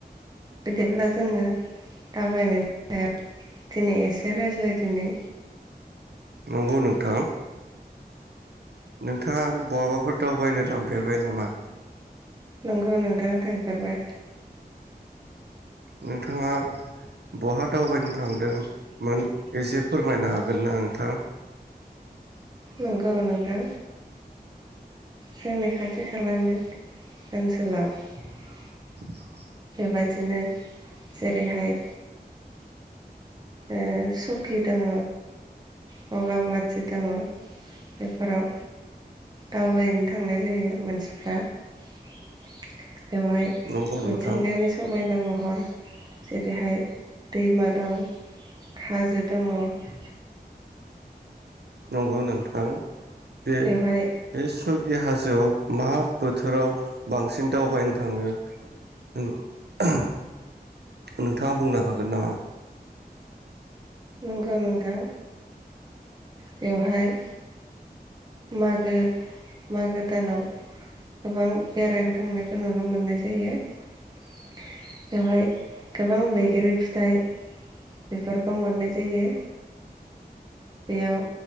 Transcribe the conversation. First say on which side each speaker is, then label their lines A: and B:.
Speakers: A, on the right (about 25°); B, on the right (about 85°).
A: बिदिब्ला जोङो दावबायनायनि सायाव दिनै एसे रायज्लायदिनि।
B: नंगौ नोंथां। नोंथाङा बहाबाफोर दावबायनो थांफेरबाय नामा?
A: नंगौ नोंथां थांफेरबाय
B: नोंथाङा बहाद दावबायनो थांदोंमोन? एसे फोरमायनो हागोन ना नोंथां?
A: नंगौ नोंथां जोंनि खाथि खालानि ओनसोलाव ।
B: <inaudible>
A: बायदिनो जेरैहाय ओ सकि दों बगामाथि दों बेफोराव दावबायनो थांनाय जायो मानसिफ्रा । बेवहाय
B: नंगौ
A: मिथिंगानि
B: नोंथां
A: समायना म हर जेरै हाय दैमा दं । हाजो दङ ।
B: नंगौ नोंथां बे
A: बेवहाय
B: बेस सौकि हाजोआव मा बोथोराव बांसिन दावबायनो थाङो ओ ओहम नोंथाङा बुंनो हागोन नामा?
A: नंगौ नोंथां बेवहाय मागो मागो दानाव गोबां बेरायनो थांनायखौ नुनो मोननाय जायो । बेवहाय गोबां बैग्रि फिथाइ बेफोरखौ मोननाय जायो। बेयाव